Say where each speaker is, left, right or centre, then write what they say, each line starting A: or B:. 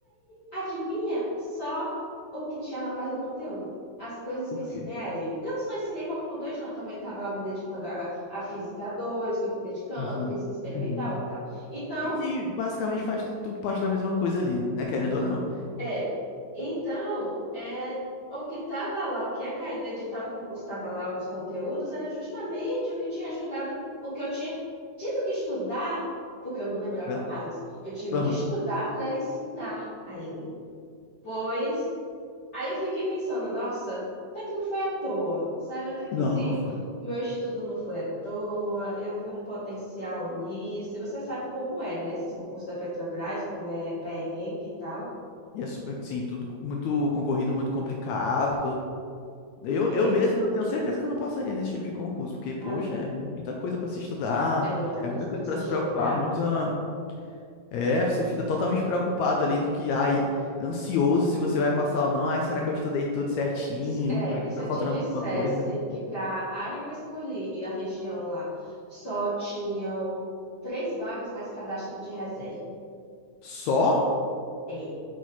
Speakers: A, on the left; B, on the left.
A: Adivinha só o que tinha na parte do conteúdo. As coisas que
B: O
A: eu ensinei
B: quê?
A: a ele. Que eu não só ensinei cálculo 2, não. Também estava lá me dedicando a à física 2, que eu fui dedicando,
B: Uhum.
A: física experimental
B: Uhum.
A: e tal. Então,
B: E que basicamente faz tudo parte da mesma coisa ali, né? Querendo ou não.
A: é. Então, é, o que estava lá, o que ia cair no edital do concurso, estava lá os conteúdos, era justamente o que tinha ajudado, o que eu tinha tido que estudar, porque eu não lembrava
B: né?
A: mais. Eu tive
B: Aham.
A: que estudar para ensinar a ele. Pois Aí eu fiquei pensando, nossa, até que não foi à toa, sabe? Até que
B: Não,
A: se
B: não foi.
A: meu estudo não foi à toa, eu vi um potencial nisso. E você sabe como é, né? Esses concursos da Petrobras, como é perrengue e tal.
B: E é super, sim, tudo co- muito concorrido, muito complicado. Eu,
A: É,
B: eu mesmo, eu tenho certeza que eu não passaria nesse tipo de concurso, porque, poxa,
A: ah,
B: é muita coisa para se estudar,
A: é muita coisa
B: é muita coisa
A: para se
B: para
A: estudar.
B: se preocupar, muita. É, você fica totalmente preocupado ali do que, ai, ansioso se você vai passar ou não. Ai, será que eu estudei tudo certinho?
A: E se, é,
B: Será
A: e
B: que
A: se
B: tá
A: eu
B: faltando
A: te dissesse
B: alguma coisa?
A: que para a área que eu escolhi, a região lá, só tinham três vagas mais cadastro de reserva?
B: Só
A: É.